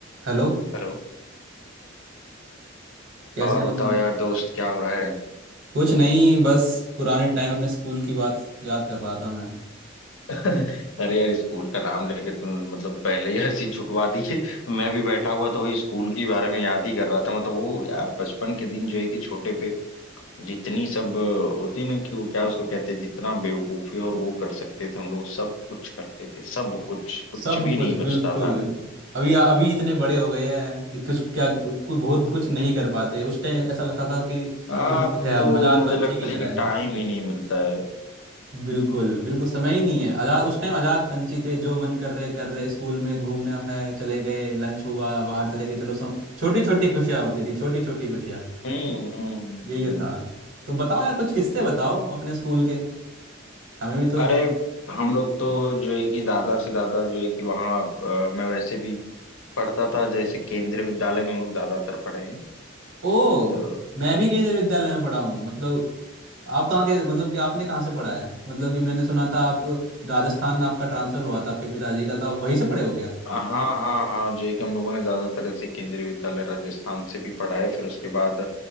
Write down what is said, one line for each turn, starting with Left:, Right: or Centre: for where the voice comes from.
Right: Hello
Left: Hello
Right: कैसे
Left: और बताओ
Right: हो
Left: यार दोस्त क्या हो रहा है
Right: कुछ नहीं बस पुराने टाइम अपने स्कूल की बात याद कर रहा था मैं
Left: <laughs> अरे यार स्कूल का नाम लेके तुम मतलब पहले ही हंसी छुटवा दी है मैं भी बैठा हुआ था वही स्कूल के बारे में याद ही कर रहा था मतलब वो यार बचपन के दिन जो है कि छोटे पे जितनी सब होती ना कि वो क्या उसको कहते हैं जितना बेवकूफी और वो कर सकते थे हम लोग सब कुछ करते थे सब कुछ कुछ
Right: सब
Left: भी
Right: कुछ
Left: नहीं बचता
Right: बिल्कुल
Left: था
Right: अभी अभी इतने बड़े हो गए हैं एक कुछ क्या कुछ बहुत कुछ नहीं कर पाते उस टाइम ऐसा लगता था कि
Left: अब
Right: आजाद है हम
Left: तो
Right: आजाद
Left: मुझे
Right: पंछी
Left: लगता
Right: की
Left: है
Right: तरह
Left: कि टाइम
Right: है
Left: ही नहीं मिलता है
Right: बिल्कुल बिल्कुल समय ही नहीं है आजाद उस टाइम आजाद पंछी थे जो मन कर रहे कर रहे स्कूल में घूमने है चले गए लंच हुआ बाहर चले गए चलो सम छोटी छोटी खुशियाँ होती थी छोटी छोटी खुशियाँ
Left: हम्म हम्म हम्म,
Right: यही
Left: हम्म।
Right: था तो बताओ यार कुछ किस्से बताओ अपने स्कूल के हमें भी तो
Left: अरे हम लोग तो जो है कि ज्यादा से ज्यादा जो है कि वहाँ अ, मैं वैसे भी पढ़ता था जैसे केंद्रीय विद्यालय में हम लोग ज्यादातर पढ़े हैं
Right: ओ
Left: तो
Right: मैं भी केंद्रीय विद्यालय में पढ़ा हूँ मतलब आप कहाँ के मतलब कि आपने कहाँ से पढ़ा है मतलब कि मैंने सुना था आप राजस्थान आपका ट्रांसफ़र हुआ था आपके पिताजी का तो आप वहीं से पढ़े हो गया
Left: हाँ हाँ हाँ जेई के हम लोगों ने ज्यादातर ऐसे केंद्रीय विद्यालय राजस्थान से भी पढ़ा है फिर उसके बाद